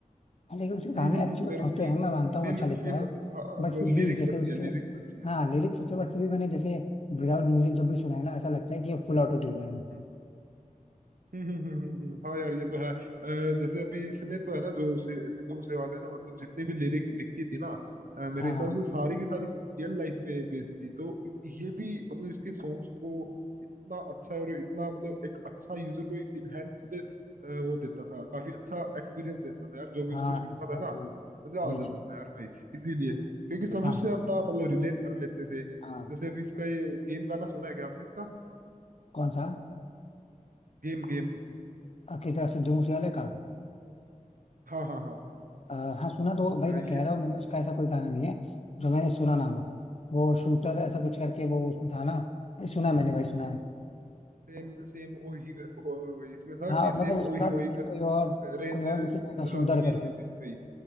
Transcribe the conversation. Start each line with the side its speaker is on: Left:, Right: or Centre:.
Left: हाँ, लेकिन उसके गाने
Right: हम्म, हम्म,
Left: अच्छे
Right: हम्म, मेरे
Left: होते
Right: को भी
Left: हैं मैं मानता हूँ
Right: फील
Left: अच्छा लिखता
Right: फील
Left: है
Right: होता है हाँ
Left: बट
Right: वो
Left: फिर
Right: लिरिक्स
Left: भी जैसे
Right: अच्छी
Left: उसके
Right: है लिरिक्स अच्छी है
Left: हाँ लिरिक्स अच्छे बट फिर भी मैंने जैसे विदाउट म्यूजिक जब भी सुना है ना ऐसा लगता है कि ये फुल ऑटो ट्यून है
Right: हम्म। हम्म हम्म, हम्म, हम्म, हम्म, हाँ यार ये तो है अ, जैसे अभी इसने तो है ना जो सि- सिद्धू मूसेवाले ने ना मतलब जितनी भी लिरिक्स लिखी थी ना अ, मेरे
Left: हाँ
Right: हिसाब
Left: हाँ
Right: से सारी की सारी इसकी रियल लाइफ पे बेस्ड थी तो ये भी मतलब इसके सॉन्ग्स को इतना अच्छा और इतना मतलब एक अच्छा यूजर को इनहेंस्ड वो देता था काफी अच्छा एक्सपीरियंस देता था यार जो भी
Left: हाँ
Right: उसको सुनता
Left: एग्जैक्टली
Right: था ना मजा
Left: वही
Right: आ जाता
Left: चीज
Right: था यार भाई इसीलिए क्योंकि सब
Left: हाँ
Right: उससे
Left: हाँ
Right: अपना मतलब रिलेट कर लेते थे
Left: हाँ
Right: जैसे अभी इसका ये गेम गाना सुना है क्या आपने इसका
Left: कौन सा
Right: Game game
Left: अकेता सिद्धू मूसेवाला का
Right: हाँ हाँ हाँ
Left: अ, हाँ सुना तो भाई
Right: अ,
Left: मैं
Right: ये
Left: कह रहा हूँ मैंने उसका ऐसा कोई गाना नहीं है जो मैंने सुना ना हो वो शूटर ऐसा कुछ करके वो उसमें था ना अरे सुना है मैंने भाई सुना है
Right: सेम सेम ओही ग- ओ- इसमें था
Left: हाँ
Right: कि सेम
Left: मतलब उसके
Right: ओही
Left: साथ
Right: ओही
Left: एक
Right: गन
Left: कोई और
Right: रेंज
Left: कोई और भी सिंगर था शूटर
Right: हाँ दुनिया
Left: करके
Right: दी चेंज हुई